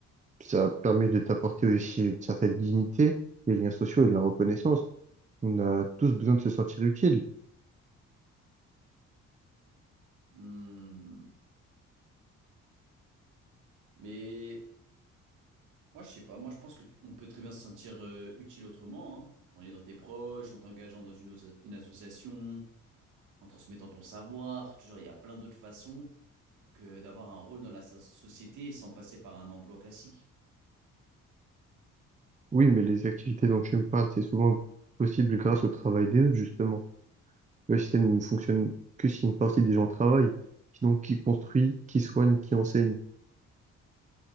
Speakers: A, on the right; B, on the right.
A: Ça permet de t'apporter aussi une certaine dignité, des liens sociaux et de la reconnaissance. On a tous besoin de se sentir utile.
B: Hmm. Mais moi, je sais pas. Moi, je pense qu'on peut très bien se sentir euh, utile autrement, hein. En aidant tes proches, en t'engageant dans une, osa- une association, en transmettant ton savoir. Toujours, il y a plein d'autres façons que d'avoir un rôle dans la so- société sans passer par un emploi classique.
A: Oui, mais les activités dont tu me parles, c'est souvent possible grâce au travail des autres, justement. Le système ne fonctionne que si une partie des gens travaillent. Sinon, qui construit, qui soigne, qui enseigne?